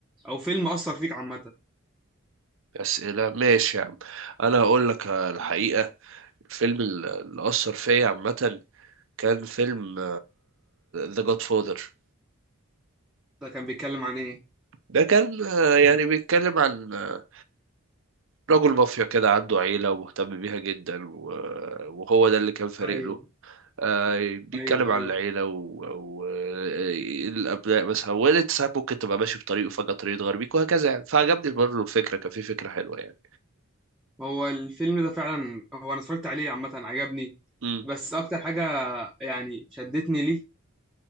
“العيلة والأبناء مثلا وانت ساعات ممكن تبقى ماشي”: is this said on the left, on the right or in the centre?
Right